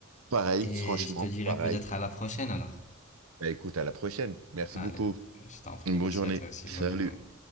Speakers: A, on the right (about 70°); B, on the left (about 35°).
A: pareil,
B: Et
A: franchement,
B: je te dirai
A: pareil,
B: peut-être à la prochaine alors.
A: bah écoute, à la prochaine, merci
B: Allez,
A: beaucoup,
B: je t'en prie,
A: une
B: merci
A: bonne journée,
B: à toi aussi.
A: salut.
B: Bonne journée.